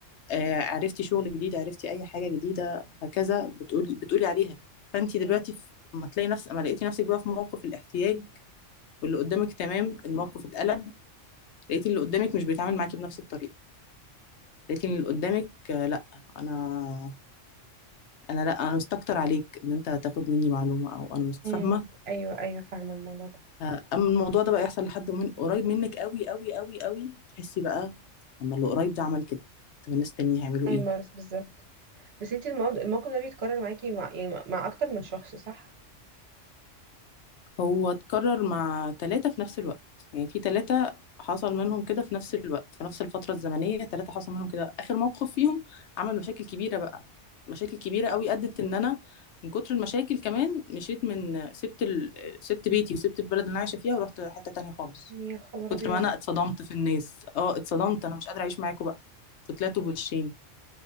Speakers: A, on the left; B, on the right.
A: آه عرفتي شغل جديد عرفتي اي حاجه جديده هكذا بتقولي بتقولي عليها فانت دلوقتي
B: مم.
A: في- ما تلاقي نفس ما لقيتي نفسك بقى في موقف الاحتياج واللي قدامك تمام الموقف اتقلب لقيتي اللي قدامك مش بيتعامل معاكي بنفس الطريقه لقيتي اللي قدامك آه، لا انا انا لا انا مستكتر عليك ان انت تاخد مني معلومه او انا مش
B: امم
A: فاهمه
B: ايوه ايوه فاهمه الموضوع ده
A: آه، اما الموضوع ده بقى يحصل لحد من قريب منك قوي قوي قوي قوي تحسي بقى لما اللي قريب ده عمل كده طب الناس التانية هيعملوا
B: ايوه
A: ايه
B: بس بالظبط بس انت الموضوع الموقف ده بيتكرر معاكي مع يعني مع اكتر من شخص صح
A: هو اتكرر مع ثلاثة في نفس الوقت يعني في ثلاثة حصل منهم كده في نفس الوقت في نفس الفترة الزمنية ثلاثة حصل منهم كده آخر موقف فيهم عمل مشاكل كبيرة بقى مشاكل كبيرة قوي أدت إن أنا من كتر المشاكل كمان مشيت من سبت ال... سبت بيتي وسبت البلد اللي أنا عايشة فيها ورحت حتة تانية خالص
B: يا خبر
A: كتر
B: ابيض
A: ما أنا اتصدمت في الناس اه اتصدمت أنا مش قادرة أعيش معاكم بقى انتوا طلعتوا بوشين